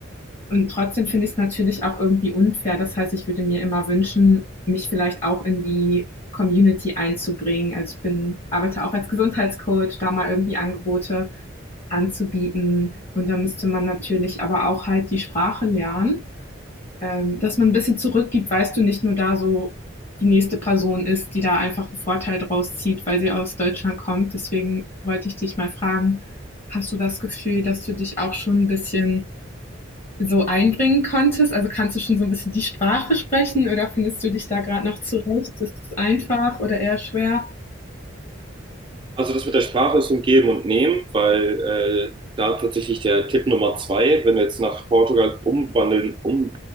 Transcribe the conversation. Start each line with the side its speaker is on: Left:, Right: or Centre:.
Left: Und trotzdem finde ich es natürlich auch irgendwie unfair. Das heißt, ich würde mir immer wünschen, mich vielleicht auch in die Community einzubringen. Also ich bin, arbeite auch als Gesundheitscoach, da mal irgendwie Angebote anzubieten. Und da müsste man natürlich aber auch halt die Sprache lernen, ähm, dass man ein bisschen zurückgibt, weißt du, nicht nur da so die nächste Person ist, die da einfach einen Vorteil draus zieht, weil sie aus Deutschland kommt. Deswegen wollte ich dich mal fragen, hast du das Gefühl, dass du dich auch schon ein bisschen so einbringen konntest? Also kannst du schon so ein bisschen die Sprache sprechen oder findest du dich da gerade noch zurecht? Ist es einfach oder eher schwer?
Right: Also das mit der Sprache ist so ein Geben und Nehmen, weil äh, da tatsächlich der Tipp Nummer zwei, wenn du jetzt nach Portugal umwandeln, um,